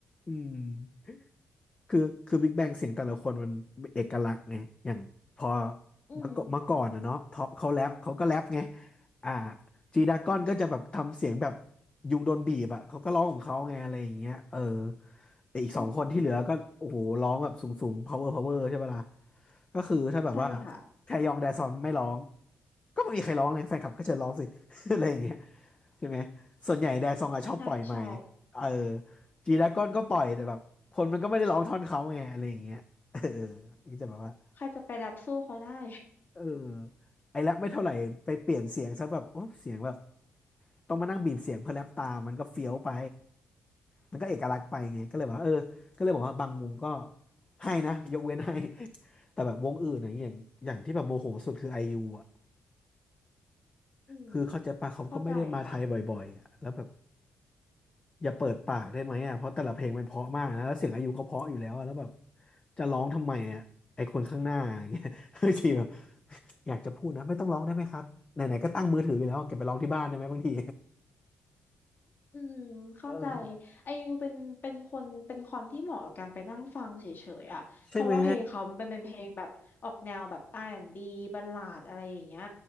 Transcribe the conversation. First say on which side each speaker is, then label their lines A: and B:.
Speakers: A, on the left; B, on the left.
A: อืมคือคือบิ๊กแบงเสียงแต่ละคนมันเอกลักษณ์ไงอย่างพอ
B: อืม
A: เมื่อก่อนเมื่อก่อนนะเนาะท็อปเขาแรปเขาก็แรปไงอ่าจีดากอนก็จะแบบทำเสียงแบบยุงโดนบีบอ่ะเขาก็ร้องของเขาไงอะไรอย่างเงี้ยเออไอ้อีกสองคนที่เหลือก็โอ้โหร้องแบบสูงๆ
B: อืม
A: power power ใช่ปะล่ะ ก็คือถ้าแบบว่า
B: ใช่ค่ะ
A: แทยองแดซอนไม่ร้องก็ไม่มีใครร้องเลยแฟนคลับก็เชิญร้องสิ <laughs> อะไรอย่างเงี้ยใช่ไหมส่วนใหญ่แดซองอะชอบปล่อยใหม่
B: ใช่ใช่
A: เออจีดราก้อนก็ปล่อยแต่แบบคนมันก็ไม่ได้ร้องท่อนเขาไงอะไรอย่างเงี้ย <laughs> เออก็จะแบบว่า
B: ใครจะไปแรปสู้เขาได้
A: เออไอ้แรปไม่เท่าไหร่ไปเปลี่ยนเสียงซะแบบโอ้เสียงแบบ ต้องมานั่งบีบเสียงเพื่อแรปตามมันก็เฟี้ยวไป มันก็เอกลักษณ์ไปไงก็เลยบอกว่าเออก็เลยบอกว่าบางวงก็ให้นะยกเว้นให้ <laughs> แต่แบบวงอื่นอย่างอย่างอย่างที่แบบโมโหสุดคือไอยูอ่ะ
B: <laughs> อืม
A: คือเขาใจปะเขาก็ไม่ได้มาไทยบ่อยๆอ่ะแล้วแบบ
B: เข้าใจค่ะ
A: อย่าเปิดปากได้ไหมอ่ะเพราะแต่ละเพลงมันเพราะมากนะแล้วเสียงอายเขาเพราะอยู่แล้วอะแล้วแบบจะร้องทำไมอ่ะไอคนข้างหน้าอย่างเงี้ย <laughs> บางทีแบบอยากจะพูดนะไม่ต้องร้องได้ไหมครับไหนๆก็ตั้งมือถือไปแล้วเก็บไปร้องที่บ้านได้ไหมบางที
B: อืมเข้าใจ
A: <laughs> เออ
B: ไอยูเป็นเป็นคนเป็นคนที่เหมาะกับการไปนั่งฟังเฉยๆอ่ะเพราะว่าเพลงเขามันเป็นเป็นเพลงแบบออกแนวแบบ
A: ใช่ไหม
B: R&B บบัลลาดอะไรอย่างเงี้ย